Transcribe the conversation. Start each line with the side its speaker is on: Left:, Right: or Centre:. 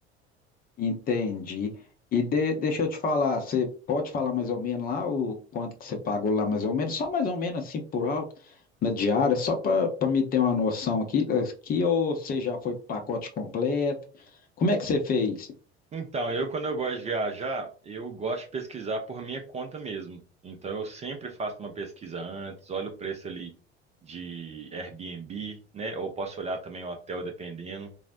Left: Entendi. E de- deixa eu te falar, você pode falar mais ou menos lá o quanto que você pagou lá mais ou menos? Só mais ou menos assim por alto, na diária, só para me ter uma noção aqui, aqui ou você já foi com o pacote completo? Como é que você fez?
Right: Então, eu quando eu gosto de viajar, eu gosto de pesquisar por minha conta mesmo. Então, eu sempre faço uma pesquisa antes, olho o preço ali de Airbnb, né? Ou posso olhar também o hotel, dependendo.